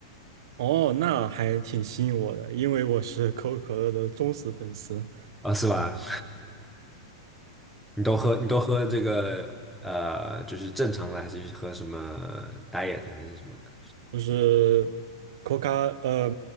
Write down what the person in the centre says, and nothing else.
啊，是吧？你都喝你都喝这个呃，就是正常的，还是喝什么 diet 还是什么的？